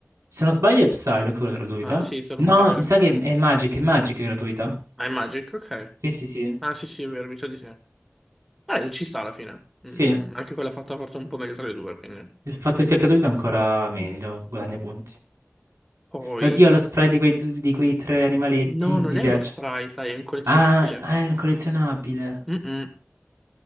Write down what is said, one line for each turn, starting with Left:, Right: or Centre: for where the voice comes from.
Right: Se non sbaglio è Psylocke quella gratuita.
Centre: Ah, sì, solo
Right: No,
Centre: Psylocke.
Right: mi sa che è Magic, è Magic è gratuita.
Centre: Ah, è Magic, ok.
Right: Sì, sì, sì.
Centre: Ah, sì, sì, è vero, mi sa di sì. Ah, ci sta alla fine.
Right: Sì,
Centre: Mm, anche quella fatta forse un po' meglio tra le due, quindi.
Right: il fatto che sia gratuito è ancora meglio,
Centre: Mm.
Right: guadagna punti.
Centre: Poi...
Right: Oddio, lo spray di quei, du- di quei tre animaletti,
Centre: No, non
Right: <laughs> mi
Centre: è
Right: piace.
Centre: uno spray, sai, è un collezionabile.
Right: Ah, ah, è un collezionabile.
Centre: Mm-mm.